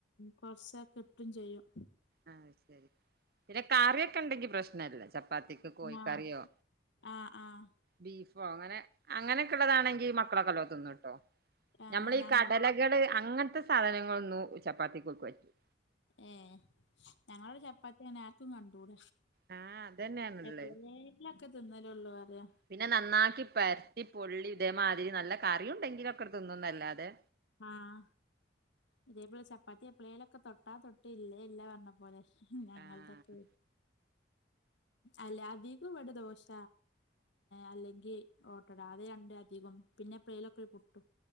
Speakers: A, on the left (about 80°); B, on the right (about 55°).
A: കൊറച്ച കിട്ടും ചെയ്യും.
B: ആഹ് ശരി പിന്നെ കറിയൊക്കെ ഉണ്ടെങ്കി പ്രശ്നല്ല. ചപ്പാത്തിക്ക് കോഴിക്കറിയോ
A: ആഹ് ആഹ് ആഹ്.
B: ബീഫോ അങ്ങനെ അങ്ങനെയൊക്കെ ഉള്ളതാണെങ്കി മക്കളൊക്കെല്ലോ തിന്നുട്ടോ
A: ആഹ്
B: നമ്മളീഈ
A: ഞങ്ങൾ
B: കടല കള് അങ്ങനത്തെ സാധനങ്ങളൊന്നും ചപ്പാത്തിക്ക് ഓൽക്ക് പറ്റുല.
A: ഏ് ഞങ്ങളരു ചപ്പാത്തിയാണ് ആർ ക്കും കണ്ടുട.
B: ആഹ് അതന്നെയാണുള്ളേ
A: എപ്പളേ ങ്കിലൊക്കെ തിന്നലേ ഉള്ളൂ ന്ന റിയാ.
B: പിന്നെ നന്നാക്കി പരത്തിപൊള്ളി ഇതേമാതിരി നല്ല കറി ഉണ്ടെങ്കിലു ഒക്കത്തിന്നുന്നല്ലാതെ.
A: ആഹ ഇതേപെലെ ചപ്പാത്തി എപ്പളേലൊക്കെ തൊട്ടാ തൊട്ട് ഇല്ലേ ഇല്ല പറഞ്ഞ പോലെ. ഞങ്ങളതൊക്കെ
B: ആഹ്
A: അല്ല അധികം ഇവിടെ ദോശ. അല്ലെങ്കിൽ ഓട്ടട അത് രണ്ട് അധികം പിന്നെ എപ്പളെങ്കിലൊക്കെ പുട്ട്.